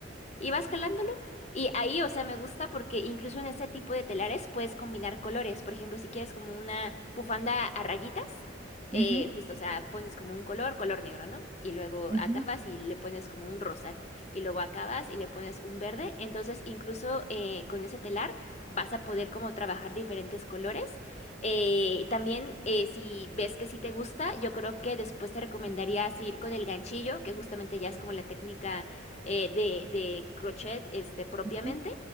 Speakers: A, on the left; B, on the right.
A: y vas jalándolo. Y ahí, o sea, me gusta porque incluso en ese tipo de telares puedes combinar colores. Por ejemplo, si quieres como una bufanda a rayitas, eh,
B: ujú,
A: justo, o sea, pones como un color, color negro, ¿no? Y luego
B: ujú,
A: acabas
B: ujú.
A: y le pones como un rosa. Y luego acabas y le pones un verde. Entonces, incluso eh, con ese telar vas a poder como trabajar diferentes colores. Eh, también, eh, si ves que sí te gusta, yo creo que después te recomendaría seguir con el ganchillo, que justamente ya es como la técnica eh, de, de crochet este, propiamente,
B: ujú.